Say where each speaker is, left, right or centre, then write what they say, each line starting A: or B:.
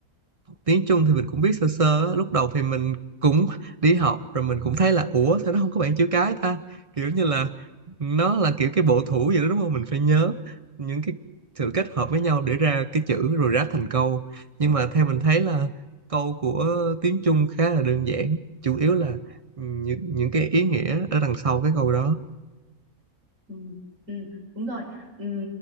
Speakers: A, on the right (about 40°); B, on the right (about 60°).
A: tiếng Trung thì mình cũng biết sơ sơ á. lúc đầu thì mình cũng <laughs> đi học rồi mình cũng thấy là ủa sao nó không có bảng chữ cái ta kiểu như là nó là kiểu cái bộ thủ vậy đó đúng không mình phải nhớ những cái sự kết hợp với nhau để ra cái chữ rồi ráp thành câu nhưng mà theo mình thấy là câu của tiếng Trung khá là đơn giản chủ yếu là những những cái ý nghĩa ở đằng sau cái câu đó
B: Ừ, ừ, đúng rồi. Ừ,